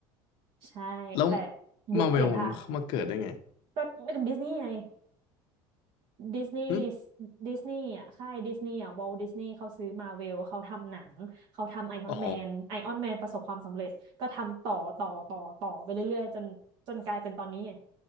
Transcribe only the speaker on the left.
แล้ว
มาเวลมันมาเกิดได้ไง
หึ
อ๋อ